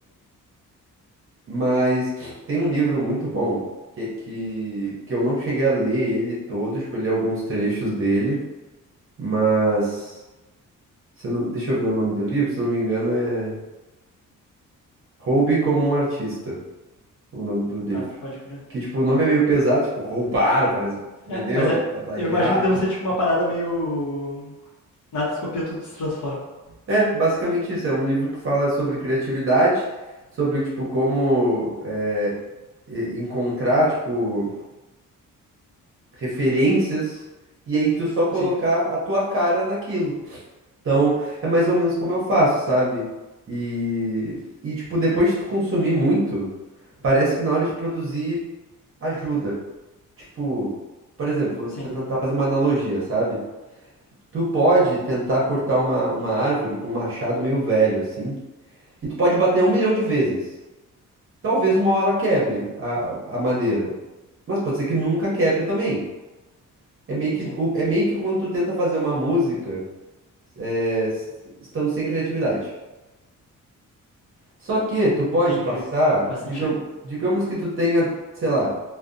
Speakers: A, on the right; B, on the left.
A: Mas tem um livro muito bom que, que, que eu não cheguei a ler ele todo, tipo, eu li alguns trechos dele, mas se eu não, deixa eu ver o nome do livro, se eu não me engano é Roube como um artista, o nome do livro.
B: Tá, pode crer.
A: Que tipo, o nome é meio pesado, tipo, roubar, parece, meu
B: É,
A: Deus,
B: mas é,
A: vai plagiar.
B: eu imagino que deve ser tipo uma parada meio. Nada se copia, tudo se transforma.
A: É, basicamente isso, é um livro que fala sobre criatividade, sobre tipo como é, e- encontrar, tipo, referências, e aí tu só colocar
B: Sim,
A: a tua cara naquilo. Então, é mais ou menos como eu faço, sabe? E, e tipo, depois de tu consumir muito, parece que na hora de produzir ajuda. Tipo, por exemplo,
B: sim,
A: vou tentar fazer uma analogia, sabe? Tu pode tentar cortar uma, uma árvore com um machado meio velho, assim, e tu pode bater um milhão de vezes. Talvez uma hora quebre a, a madeira. Mas pode ser que nunca quebre também. É meio que,
B: sim.
A: o- é meio que quando tu tenta fazer uma música, é, s- estando sem criatividade. Só que tu pode
B: Entendi.
A: passar,
B: Faz sentido.
A: digam- digamos que tu tenha, sei lá,